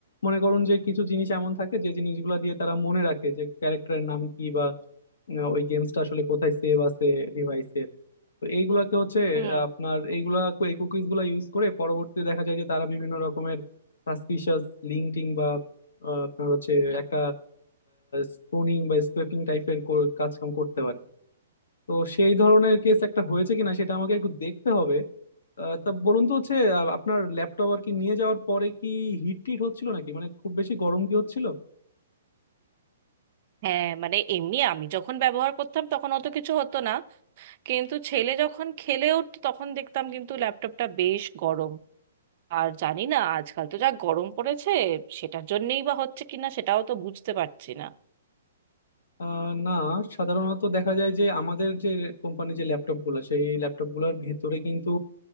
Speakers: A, on the left (about 80°); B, on the right (about 40°).
A: মনে করুন যে কিছু জিনিস এমন থাকে যে জিনিসগুলো দিয়ে তারা মনে রাখে যে ক্যারেক্টারের নাম কি বা আহ, ওই গেমসটা আসলে কোথায় সেভ আছে ডিভাইসের তো এইগুলাকে হচ্ছে
B: হুম
A: আহ, আপনার এইগুলা এই কুকিজ গুলা ইউজ করে পরবর্তীতে দেখা যায় যে তারা বিভিন্ন রকমের সাসপিশিয়াস লিঙ্কিং বা আহ, আপনার হচ্ছে একটা স্পুনিং বা স্পেফিং টাইপের কাজকাম করতে পারে তো সেই ধরনের কেস একটা হয়েছে কিনা সেটা আমাকে একটু দেখতে হবে আহ, তা বলুন তো হচ্ছে আহ, আপনার ল্যাপটপ আর কি নিয়ে যাওয়ার পরে কি হিট টিট হচ্ছিল নাকি মানে খুব বেশি গরম কি হচ্ছিল
B: হ্যাঁ মানে এমনি আমি যখন ব্যবহার করতাম তখন অত কিছু হতো না কিন্তু ছেলে যখন খেলে উঠতো তখন দেখতাম কিন্তু ল্যাপটপটা বেশ গরম আর জানি না আজকাল তো যা গরম পড়েছে সেটার জন্যই বা হচ্ছে কিনা সেটাও তো বুঝতে পারছি না
A: আহ, না সাধারণত দেখা যায় যে আমাদের যে কোম্পানি যে ল্যাপটপ গুলো সেই ল্যাপটপ গুলোর ভেতরে কিন্তু